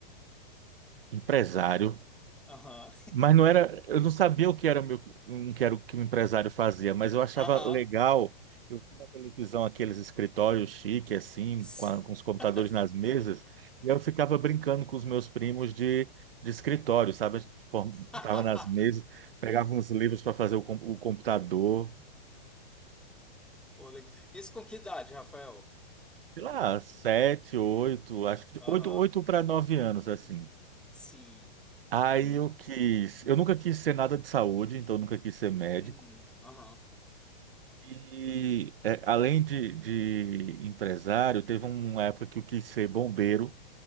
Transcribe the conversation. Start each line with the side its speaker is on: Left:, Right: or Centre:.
Right: empresário,
Centre: Aham.
Right: mas não era, eu não sabia o que era o meu, não que era o que o empresário fazia, mas eu achava
Centre: Aham.
Right: legal. Eu vi na televisão aqueles escritórios chique assim,
Centre: <laughs>
Right: com, a- com os computadores nas mesas, e eu ficava brincando com os meus primos de, de escritório, sabe? A gente form-
Centre: <laughs>
Right: Tava nas mesas, pegava uns livros para fazer o, com- o computador,
Centre: Pô, legal. Isso com que idade, Rafael?
Right: sei lá, sete, oito, acho que de
Centre: Aham.
Right: oito, oito para nove anos assim.
Centre: Sim.
Right: Aí eu quis, eu nunca quis ser nada de saúde, então eu nunca quis ser médico.
Centre: Uhum. Aham.
Right: E é, além de, de empresário, teve uma época que eu quis ser bombeiro,